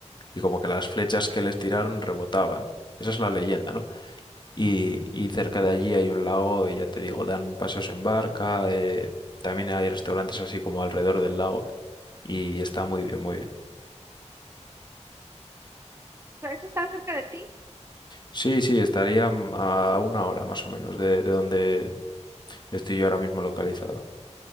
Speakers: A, on the left; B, on the right.
A: Y como que las flechas que les tiraron rebotaban. Esa es la leyenda, ¿no? Y, y cerca de allí hay un lago y ya te digo, dan paseos en barca. eh, también hay restaurantes así como alrededor del lago. Y está muy bien, muy bien.
B: ¿Eso está cerca de ti?
A: Sí, sí, estaría a una hora más o menos de, de donde estoy yo ahora mismo localizado.